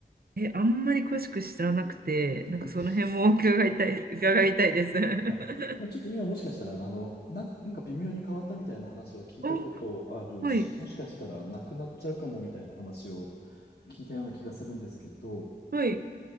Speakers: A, on the right; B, on the left.
A: え、あんまり詳しく知らなくて、
B: <laughs>
A: なんかその辺も伺いたい、伺いたいです。<laughs>
B: はい。まあ、ちょっと今もしかしたら、あの、なん、なんか微妙に変わったみたいな話は聞いたことあるし、
A: お、はい、
B: もしかしたらなくなっちゃうかもみたいな話を聞いたような気がするんですけれど、
A: はい、